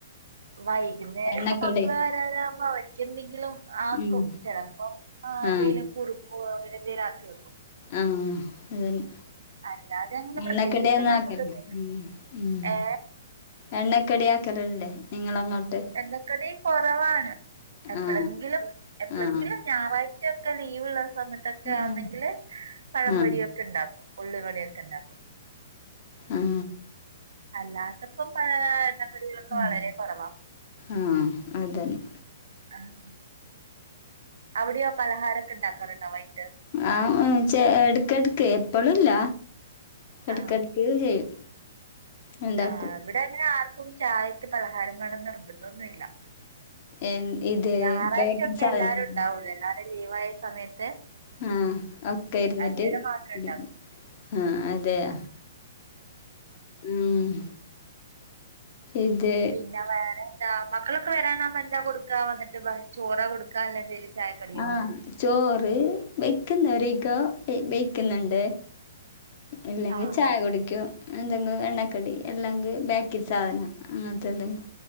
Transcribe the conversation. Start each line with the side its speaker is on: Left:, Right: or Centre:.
Right: വൈകുന്നേരം
Left: എണ്ണക്കടി
Right: ഇപ്പം മക്കള് വരാനാവുമ്പോ അവരി ക്കെന്തെങ്കിലും ആക്കും.
Left: ഉം
Right: ചെലപ്പോ
Left: ആ
Right: എന്തേലും കുറുക്കോ അങ്ങനെ എന്തേലും ആക്കി വെക്കും.
Left: ആഹ് അതന്നെ
Right: അല്ലാതെ അങ്ങനെ
Left: എണ്ണക്കടി
Right: പ്രത്യേകിച്ച്
Left: ഒന്നും
Right: അങ്ങനെ
Left: ആക്കല്,
Right: ഫുഡൊന്നും ഇല്ല
Left: ഉം.
Right: ഏ
Left: എണ്ണക്കടി ആക്കലില്ലെ നിങ്ങളങ്ങോട്ട്?
Right: എണ്ണക്കടി കൊറവാണ്. എപ്പളെങ്കിലും
Left: ആ
Right: എപ്പളങ്കിലും
Left: ആ
Right: ഞായറാഴ്ചയൊക്കെ ലീവ്ള്ള സമയത്തൊക്കെ
Left: ഉം.
Right: ആന്നെങ്കില് പഴംപൊരിയൊക്കെ
Left: ആ
Right: ഇണ്ടാക്കും. ഉള്ളിവടയൊക്കെ ഇണ്ടാക്കും.
Left: ആഹ്.
Right: അല്ലാത്തപ്പം പാ എണ്ണക്കടികളൊക്കെ
Left: ഉം.
Right: വളരെ കൊറവാ.
Left: ആ അതന്നെ
Right: അഹ് അവിടെയോ പലഹാരക്കെ ഇണ്ടാക്കാറുണ്ടോ വൈകിട്ട്?
Left: ആഹ് ഉ ചെ എട്ക്കെട്ക്ക്. എപ്പളുല്ല, എട്ക്കെട്ക്ക്
Right: ആ
Left: ചെയ്യും. ഉണ്ടാക്കും
Right: ആഹ് ഇവിടെ അയ്‌ന് ആർക്കും ചായക്ക് പലഹാരം വേണം നിർബന്ധൊന്നുല്ല.
Left: എൻ ഇത്
Right: ഞാറാഴ്ച്ചയൊക്കെ
Left: ബേക്കിംഗ് സാധനം
Right: എല്ലാരും ഇണ്ടാവുള്ളൂ, എല്ലാരും ലീവായ സമയത്ത്.
Left: ആഹ് ഒക്കെ ഇര്ന്നിട്ട്.
Right: അന്നേരം മാത്രം ഉണ്ടാക്കും
Left: മ്മ് ആഹ് അതെയാ? ഊം ഇത്
Right: പിന്നെ വേറെ എന്താ? മക്കളൊക്കെ വരാനാവുമ്പോ എന്താ കൊടുക്കാ വന്നിട്ട് ഭ ചോറാ കൊടുക്കാ അല്ലേ എന്തേലും ചായക്കടിയോ
Left: ആഹ് ചോറ് ബെയ്ക്കുന്നോരയ്ക്ക വെ ബെയ്ക്ക്ന്ന്ണ്ട്. ഇല്ലെങ്കി
Right: ആ
Left: ചായ കുടിക്കു. എന്തെങ്കു എണ്ണക്കടി അല്ലെങ്കി ബേക്കറി സാധനം. അങ്ങൻത്തെ എന്തെങ്കു.